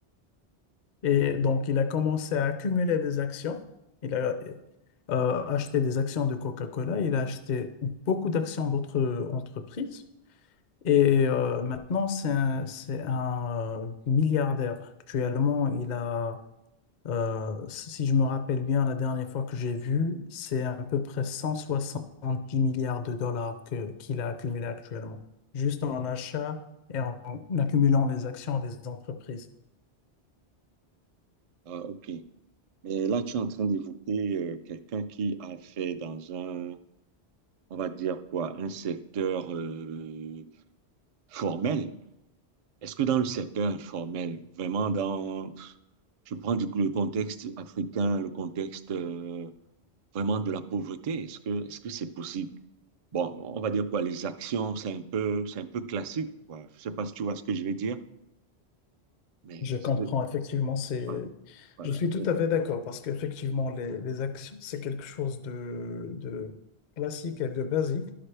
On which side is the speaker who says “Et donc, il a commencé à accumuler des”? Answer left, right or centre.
Left